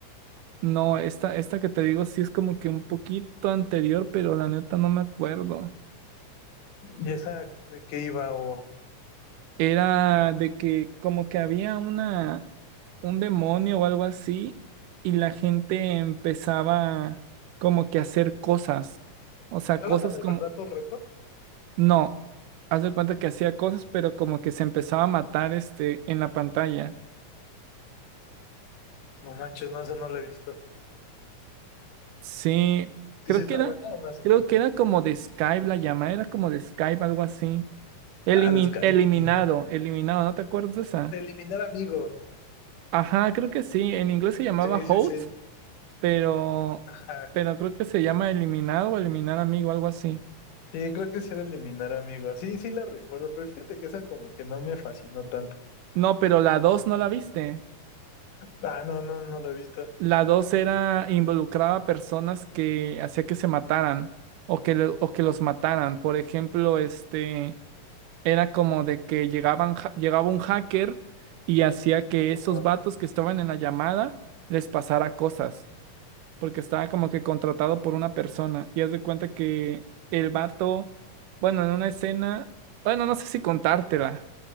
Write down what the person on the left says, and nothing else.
¿Y esa de qué iba? O...
¿No
era la de
verdad por reto?
No manches, no, esa no la he visto.
¿Y
si está
buena o más o
menos?
Ah, descanso.
Eliminar amigo.
Sí, sí,
sí.
Ajá.
Sí, creo que sí era eliminar amigo. Sí, sí la recuerdo, pero fíjate que esa como que no me fascinó tanto.
Ah, no, no, no la he visto.
Ajá.